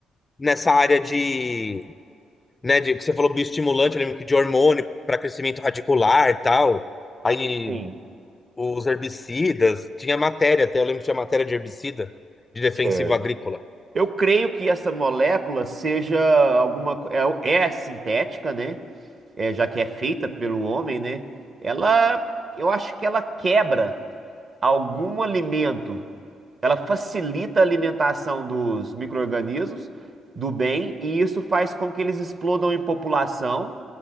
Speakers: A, on the left (about 25°); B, on the right (about 40°).
A: nessa área de, né, de que você falou bioestimulante, eu lembro que de hormônio para crescimento radicular, e tal. Aí
B: Sim,
A: os herbicidas, tinha matéria até, eu lembro que tinha matéria de herbicida, de defensivo
B: certo.
A: agrícola.
B: Eu creio que essa molécula seja alguma. co- É, é sintética, né? É, já que é feita pelo homem, né? Ela. Eu acho que ela quebra algum alimento. Ela facilita a alimentação dos micro-organismos do bem e isso faz com que eles explodam em população.